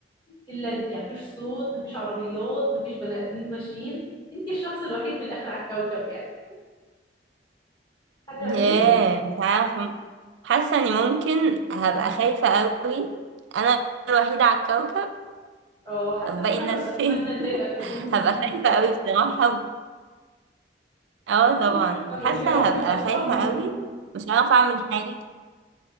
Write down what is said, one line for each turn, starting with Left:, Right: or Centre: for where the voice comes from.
Left: الا انتي يعني مفيش صوت مفيش عربيات مفيش بني ادمين ماشيين انتي الشخص الوحيد من الاخر على الكوكب يعني هتعملي
Right: ياه
Left: ايه؟
Right: مش عارفة حاسة إني ممكن هبقى خايفة أوي أنا الوحيدة على الكوكب
Left: اه حاسة
Right: طب
Left: ان
Right: باقي
Left: انا
Right: الناس
Left: هبقى
Right: فين
Left: بتمنى ان
Right: <laughs>
Left: ده يبقى كابوس
Right: هبقى
Left: <laughs>
Right: خايفة
Left: بالظبط
Right: أوي بصراحة اه
Left: حاسة
Right: طبعا
Left: ان انا هبقى
Right: حاسة
Left: بقول يا رب
Right: هبقى
Left: يبقى اصحى
Right: خايفة
Left: من النوم
Right: أوي مش عارفة أعمل حاجة